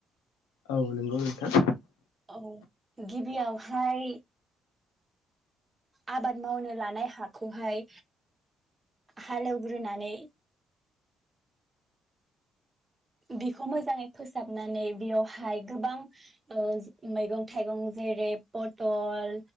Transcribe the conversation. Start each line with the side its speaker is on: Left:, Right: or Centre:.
Left: औ नोंगौ नोंथां।
Right: औ गिबियावहाय आबाद मावनो लानाय हाखौहाय हालेवग्रोनानै बिखौ मोजाङै फोसाबनानै बेयावहाय गोबां ओ जे मैगं थाइगं जेरै पटल,